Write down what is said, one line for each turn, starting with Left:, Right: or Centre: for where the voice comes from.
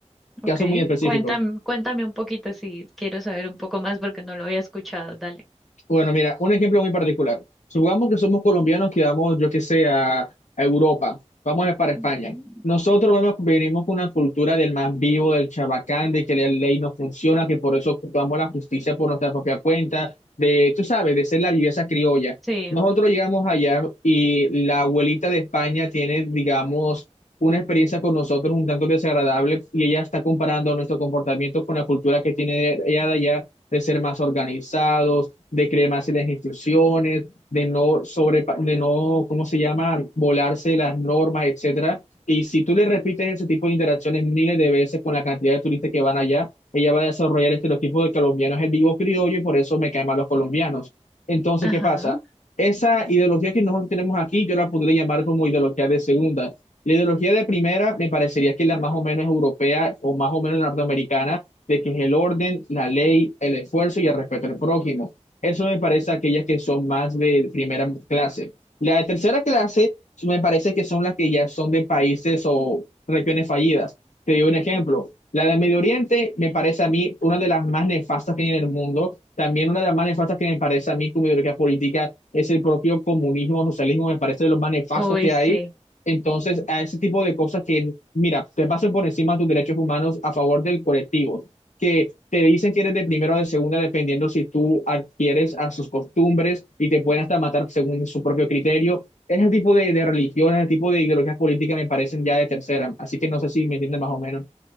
Centre: Ok.
Left: casos muy específicos.
Centre: Cuéntame, cuéntame un poquito si quiero saber un poco más porque no lo había escuchado. Dale.
Left: Bueno, mira, un ejemplo muy particular. Supongamos que somos colombianos que vamos, yo qué sé, a, a Europa, vamos a- para España.
Centre: Ujú.
Left: Nosotros vemos- venimos con una cultura del más vivo, del chabacán, de que la ley no funciona, que por eso ocupamos la justicia por nuestra propia cuenta, de, tú sabes, de ser la viveza criolla.
Centre: Sí.
Left: Nosotros llegamos allá y la abuelita de España tiene, digamos, una experiencia con nosotros un tanto desagradable y ella está comparando nuestro comportamiento con la cultura que tiene ella de allá de ser más organizados, de creer más en las instrucciones, de no sobre, de no, ¿cómo se llama? Volarse las normas, etcétera. Y si tú le repites ese tipo de interacciones miles de veces con la cantidad de turistas que van allá, ella va a desarrollar el estereotipo de colombiano es el vivo criollo y por eso me caen mal los colombianos. Entonces,
Centre: Ajá.
Left: ¿qué pasa? Esa ideología que nosotros tenemos aquí, yo la podría llamar como ideología de segunda. La ideología de primera me parecería que es la más o menos europea o más o menos norteamericana, de que es el orden, la ley, el esfuerzo y el respeto al prójimo. Eso me parece aquellas que son más de primera clase. La de tercera clase sí me parece que son las que ya son de países o regiones fallidas. Te doy un ejemplo. La de Medio Oriente me parece a mí una de las más nefastas que hay en el mundo. También una de las más nefastas que me parece a mí como ideología política es el propio comunismo, socialismo, me parece de los más nefastos
Centre: Uy,
Left: que
Centre: sí.
Left: hay. Entonces, a ese tipo de cosas que, mira, te pasan por encima de tus derechos humanos a favor del colectivo que te dicen que eres de primera o de segunda, dependiendo si tú adquieres a sus costumbres y te pueden hasta matar según su propio criterio. Ese tipo de, de religiones, ese tipo de ideologías políticas me parecen ya de tercera, así que no sé si me entienden más o menos.